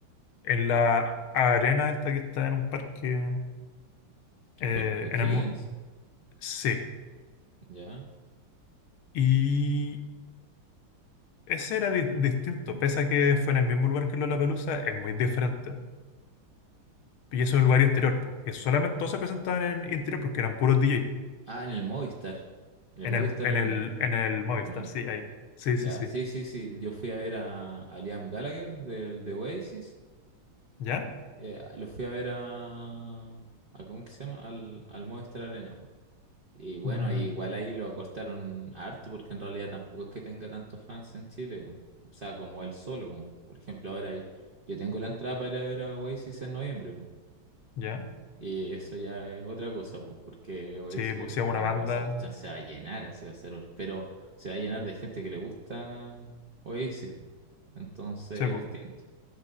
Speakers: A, on the left; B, on the right.
A: en la arena esta que está en un parque, eh,
B: el Parque O'Higgins,
A: en el, mo- sí.
B: ya.
A: Y ese era di- distinto, pese a que fue en el mismo lugar que Lollapalooza, es muy diferente. Y eso es un lugar interior, po, que solamente todos se presentaban en interior porque eran puros DJ,
B: Ah, en el Movistar, en el
A: en
B: Movistar
A: el, en
B: Arena,
A: el, en el Movistar,
B: ¿o no?
A: sí, ahí. Sí,
B: Ya,
A: sí, sí.
B: sí, sí, sí. Yo fui a ver a, a Liam Gallagher del de Oasis.
A: ¿Ya?
B: Eh, lo fui a ver a, a ¿cómo que se llama? Al, al Movistar Arena. po. Y bueno,
A: Mm,
B: igual ahí lo acortaron harto porque en realidad tampoco es que tenga tantos fans en Chile, po. O sea, como él solo, po. Por ejemplo, ahora hay- yo tengo la entrada para ir a ver a Oasis en noviembre, po.
A: ¿ya?
B: Y eso ya es otra cosa, pues porque Oasis
A: Sí, pues
B: es
A: sí, una
B: como,
A: banda,
B: esa cuestión se va a llenar, así va a ser, hor- pero se va a llenar de gente que le gusta Oasis, po. Entonces
A: sí, pues,
B: es distinto.